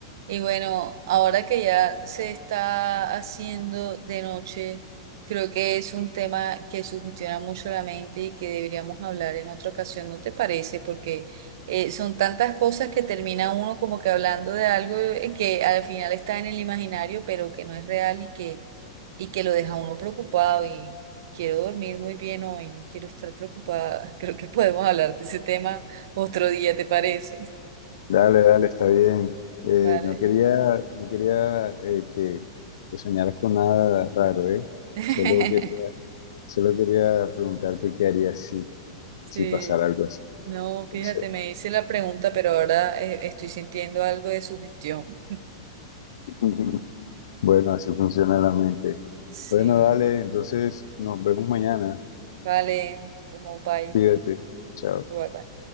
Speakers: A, on the right; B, on the left.
A: Y bueno, ahora que ya se está haciendo de noche, creo que es un tema que sugestiona mucho la mente y que deberíamos hablar en otra ocasión, ¿no te parece? Porque eh, son tantas cosas que termina uno como que hablando de algo eh, que al final está en el imaginario, pero que no es real y que y que lo deja uno preocupado y quiero dormir muy bien hoy, no quiero estar preocupada. <laughs> Creo que podemos hablar de ese tema otro día, ¿te parece?
B: Dale, dale, está bien. Eh,
A: Vale.
B: no quería, no quería eh, que, que soñaras con nada raro, ¿eh?
A: <laughs>
B: Solo quería Solo quería preguntarte qué harías si,
A: Sí,
B: si pasara algo así.
A: no, fíjate,
B: Entonces,
A: me hice la pregunta, pero ahora eh, estoy sintiendo algo de sugestión.
B: <laughs> bueno, así funciona la mente.
A: Sí,
B: Bueno, dale, entonces nos vemos mañana.
A: vale, como bye,
B: Cuídate. Chao.
A: igual bye.